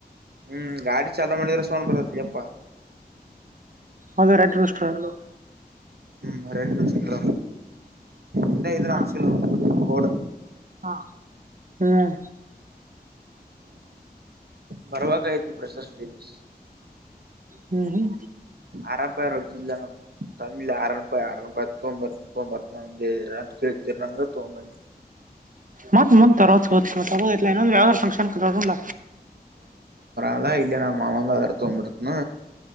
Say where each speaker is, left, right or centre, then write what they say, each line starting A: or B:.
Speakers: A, on the right (about 75°); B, on the right (about 55°).
A: ಹ್ಮ್ ಗಾಡಿ ಚಾಲಾ ಮಾಡಿದ್ರ ಸೌಂಡ್ ಬರತ್ ಎಪ್ಪಾ
B: ಅದರ ಅಡ್ರಸ್ಟೆಲ್ಲು
A: ಮರ ಚತ್ರ ಇಲ್ಲ ಇದು್ರಾಕ್ಷ
B: ಹಾ
A: ಕೋಡ್
B: ಹಾ ಹ್ಮ್
A: ಬರವ ಕಯ ನೀ ಪ್ರೆಸರ್ ಡೆನಸ್
B: ಹ್ಮ್ ಹ್ಮ್
A: ಅರಪೇರೋಡ ಇಲ್ಲ ನಮ್ದ ತಮ್ಮಿ ಯಾರಪ್ಪ ಆರಪ್ಪ ತೋಂಬತ್ತನ ತೋಂಬರನ ಅ ಕಳ್ ತೋಂಬನಿ
B: ಮತ್ತ ಮನ್ ತರೊ ಇಲ್ಲ ಇನ್ನೊಂದು ಯಾರೋಂದು ಫಂಕ್ಷನ್ ತಗಲ
A: ಲ್ಲ ಇಲ್ಲ ನಾ ಮಾವಂದ ಅದರ ತಂಬರುತ್ತನ